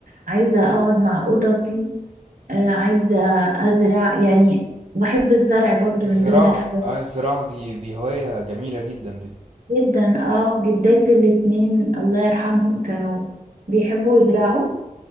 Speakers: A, on the right; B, on the right.
A: عايزة أقعد مع قططي آه عايزة أزرع يعني بحب الزرع برضو
B: الزراعة
A: من ضمن الحاجات
B: آه الزراعة دي دي هواية جميلة جدا دي
A: جدا اه جداتي الاتنين الله يرحمهم كانوا بيحبوا يزرعوا